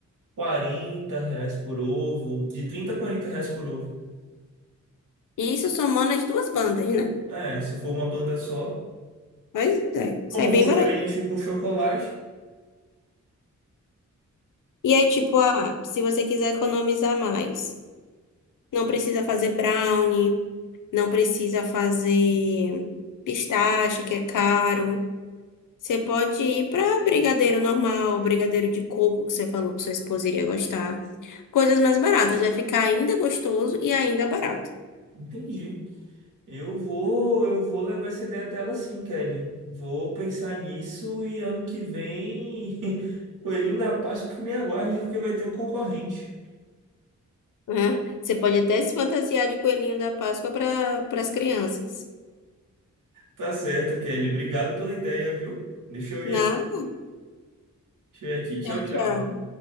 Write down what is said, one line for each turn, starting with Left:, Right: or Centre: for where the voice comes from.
Right: 40 reais por ovo, de 30 a 40 reais por ovo.
Left: e isso somando as duas bandas, né?
Right: É, se for uma banda só.
Left: Pois é,
Right: Como
Left: sai
Right: você
Left: bem baratinho.
Right: preenche com chocolate,
Left: E aí, tipo, ah, se você quiser economizar mais, não precisa fazer brownie. Não precisa fazer pistache, que é caro. Você pode ir para brigadeiro normal, brigadeiro de coco, que você falou que sua esposa iria gostar. Coisas mais baratas, vai ficar ainda gostoso e ainda barato,
Right: entendi. Eu vou, eu vou levar essa ideia até ela sim, Kelly. Vou pensar nisso e ano que vem, <laughs> Coelhinho da Páscoa que me aguarde, porque vai ter um concorrente.
Left: né? Você pode até se fantasiar de coelhinho da Páscoa para para as crianças.
Right: Tá certo, Kelly. Obrigado pela ideia, viu? Deixa eu ir
Left: Nada,
Right: aqui. Deixa eu ir aqui. Tchau,
Left: tchau,
Right: tchau.
Left: tchau.